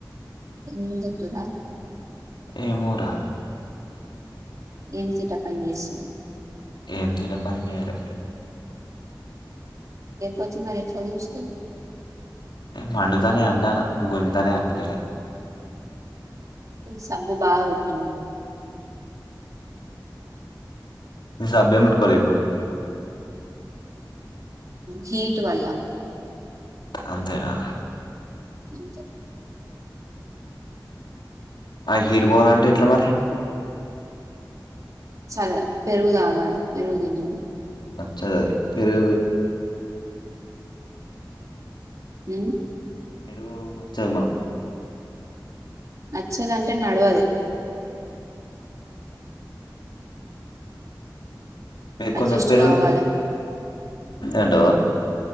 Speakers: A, on the right; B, on the left.
A: ఎంత చడా
B: ఏమోరా
A: ఏమి తట పని చేసింది
B: ఏం తర పని లేేదు
A: ఏపు మరి చజ క
B: మండుతోనే అంటానా గుంజుతోనే అంటలే
A: సంభవ బాగా పెట్టి
B: సభ పట్టుకోవాలి ఇప్పుడు
A: హీట్ వల్ల
B: అంతేనా
A: ఇంకా
B: ఆ హీట్ బాల్ అంటే ఎట్లా మరి
A: సరే పెరుగు తాగాలి పెరుగుందిడి
B: చది ఫరు
A: హ
B: పెరు పోవచ్చ మ
A: నచ్చదుంటే నడవదు
B: మీకుంద
A: అడ్జస్ట్
B: పేరు
A: కావాలా
B: ఏంటో